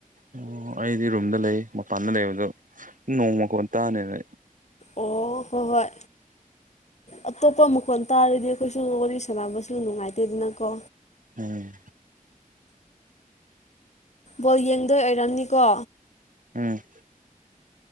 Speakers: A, on the right (about 65°); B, on the left (about 50°).
A: ꯑꯣ ꯑꯩꯗꯤ ꯔꯨꯝꯗ ꯂꯩ ꯃꯄꯥꯟꯗ ꯂꯩꯕꯗꯣ ꯅꯣꯡ ꯃꯈꯣꯟ ꯇꯥꯅꯦꯅ
B: ꯑꯣ ꯍꯣꯏ ꯍꯣꯏ ꯑꯇꯣꯞꯄ ꯃꯈꯣꯟ ꯇꯥꯔꯗꯤ ꯑꯩꯈꯣꯏꯁꯨ ꯋꯥꯔꯤ ꯁꯅꯕꯁꯨ ꯅꯨꯡꯉꯥꯏꯇꯦꯗꯅꯀꯣ
A: ꯎꯝ
B: ꯕꯣꯜ ꯌꯦꯡꯗꯣꯏ ꯑꯣꯏꯔꯝꯅꯤꯀꯣ
A: ꯑꯝ